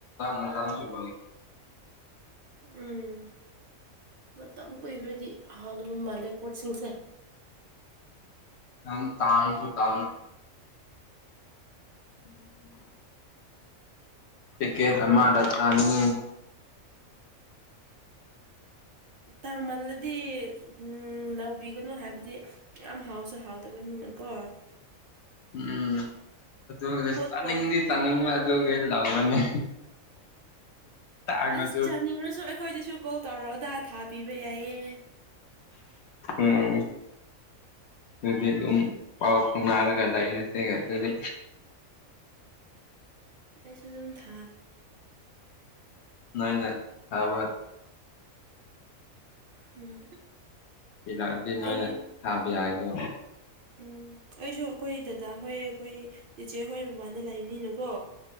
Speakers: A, on the left (about 65°); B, on the right (about 55°).
A: ꯃꯇꯥꯡꯁꯨꯕꯅꯤꯣ
B: ꯎꯝ ꯃꯇꯝ ꯀꯨꯏꯈ꯭ꯔꯗꯤ ꯍꯥꯎꯗꯕ ꯃꯥꯜꯂꯦ ꯄꯣꯠꯁꯤꯡꯁꯦ
A: ꯑ ꯇꯥꯅꯁꯨ ꯇꯥ ꯀꯦ ꯇꯃ ꯗꯠꯇꯥꯅꯤꯇ
B: ꯇꯃꯂꯗꯤ ꯎꯝ ꯂꯧꯕꯤꯒꯅꯨ ꯍꯥꯏꯕꯗꯤ ꯌꯥꯝ ꯍꯥꯎꯁꯨ ꯍꯥꯎꯗꯕꯅꯤꯅꯀꯣ
A: ꯎꯝ ꯑꯗꯨ
B: ꯄꯣꯠ
A: ꯇꯥꯅꯤꯡꯗꯤ
B: ꯄꯣ
A: ꯇꯥꯅꯤꯡꯕ ꯑꯗꯨꯒꯤ ꯂꯧꯔꯅꯤ ꯇꯥꯡꯉꯁꯨ
B: ꯑꯁ ꯆꯥꯅꯤꯡꯉꯁꯨ ꯑꯩꯈꯣꯏꯗꯁꯨ ꯀꯣꯜ ꯇꯧꯔꯛꯑꯣꯗꯥ ꯊꯥꯕꯤꯕ ꯌꯥꯏꯌꯦꯦ
A: ꯑꯦ ꯑꯗꯨꯗꯤ ꯑꯗꯨꯝ ꯄꯥꯎ ꯐꯥꯎꯅꯔꯒ ꯂꯩꯔꯁꯦ ꯑꯗꯨꯗꯤ
B: ꯑꯩꯁꯨ ꯑꯗꯨꯝ ꯊꯥ
A: ꯅ ꯅ ꯊꯕ
B: ꯎꯝ
A: ꯔꯥꯛꯗꯤ ꯅꯣꯏꯅ
B: ꯑꯩ
A: ꯊꯥꯕ ꯌꯥꯏꯀꯣ
B: ꯎꯝ ꯑꯩꯁꯨ ꯑꯩꯈꯣꯏ ꯗꯗꯥ ꯍꯣꯏ ꯑꯩꯈꯣꯏ ꯇꯤꯆꯦ ꯍꯣꯏ ꯃꯄꯥꯟꯗ ꯂꯩꯕꯅꯤꯅꯀꯣ